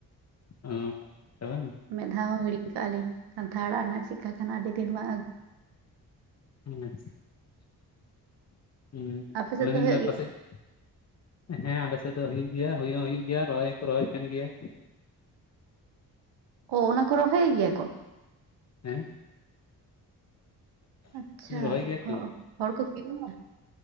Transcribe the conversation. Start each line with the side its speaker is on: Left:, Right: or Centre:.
Left: <unintelligible> <unintelligible>
Right: ᱢᱮᱫ ᱫᱷᱟᱣ ᱦᱚᱸ ᱦᱤᱲᱤᱧ ᱠᱟᱜᱼᱟ ᱞᱤᱧ ᱠᱟᱱᱛᱷᱟ ᱟᱲᱟᱜ ᱨᱮᱱᱟᱜ ᱪᱮᱫᱠᱟ ᱠᱟᱱᱟ ᱟᱹᱰᱤ ᱫᱤᱱ ᱵᱟᱝ ᱟᱹᱩ <unintelligible>
Left: ᱦᱮᱸ ᱟᱪᱪᱷᱟ ᱦᱮᱸ
Right: ᱟᱯᱮ ᱥᱮᱫ
Left: ᱟᱹᱞᱤᱧ
Right: ᱫᱚ
Left: ᱞᱤᱧ
Right: ᱦᱩᱭᱩᱜ
Left: ᱞᱮᱭᱫᱟ
Right: ᱜᱮᱭᱟ?
Left: ᱯᱟᱥᱮᱡ ᱼᱼ ᱦᱮᱸ ᱟᱞᱮᱥᱮᱫ ᱫᱚ ᱦᱩᱭᱩᱜ ᱜᱮᱭᱟ ᱦᱩᱭ ᱦᱚᱸ ᱦᱩᱭᱩᱜ ᱜᱮᱭᱟ ᱨᱚᱦᱚᱭ ᱦᱚᱸᱠᱚ ᱨᱚᱦᱚᱭ ᱛᱟᱦᱮᱱ ᱜᱮᱭᱟ।
Right: ᱚ ᱚᱱᱟ ᱠᱚ ᱨᱚᱦᱚᱭᱮ ᱜᱮᱭᱟ ᱠᱚ?
Left: ᱦᱮᱸ
Right: ᱟᱪᱪᱷᱟ
Left: ᱨᱚᱦᱚᱭ ᱜᱮᱭᱟ
Right: ᱦᱚᱜᱼᱚ
Left: ᱠᱚ
Right: ᱦᱚᱲ ᱠᱚ ᱠᱤᱨᱤᱧᱟ?